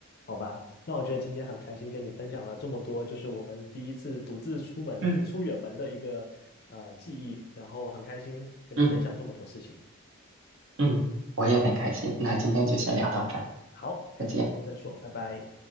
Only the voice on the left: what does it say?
好吧，那我觉得今天很开心跟你分享了这么多，就是我们第一次独自出门出远门的一个呃记忆，
然后很开心跟你分享这么多事情。
好，改天有空再说，
拜拜。